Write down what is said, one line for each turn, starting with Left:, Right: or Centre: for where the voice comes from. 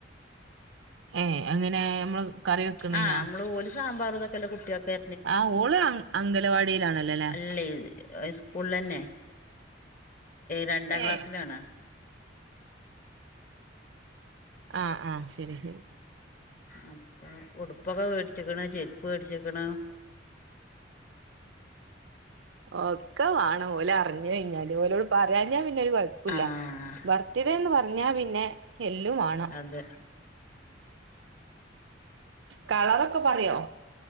Right: ഏയ് അങ്ങനെ നമ്മള് കറി വെക്കണേനാ
Left: ആഹ് നമ്മള് ഓല സാമ്പാറ ഇതൊക്കെല്ല കുട്ടിയൊക്കെ
Right: ആ ഓള് അ അംഗലവാടിയിലാണല്ലോ അല്ലേ
Left: അല്ല ഇത് സ്കൂളന്നെ രണ്ടാം ക്ലാസ്സിലാണ്
Right: ഏ ആഹ് ആഹ് ശരി ശരി
Left: അപ്പൊ ഉടുപ്പൊക്കെ മേടിച്ചിക്കണ് ചെരുപ്പ് മേടിച്ചിക്കണ്
Right: ഒക്കെ വേണം ഓലെ അറിഞ്ഞഞ് കഴിഞ്ഞാലല് ഓലോട് പറയാ ഞ്ഞഞാൻ പിന്നെരു കുഴപ്പമില്ല
Left: ആഹ്
Right: ബർത്ത്ഡേ എന്ന് പറഞ്ഞാ പിന്നെ ഹെല്ലും വണം
Left: അതെ
Right: കളറൊക്കെ പറയോ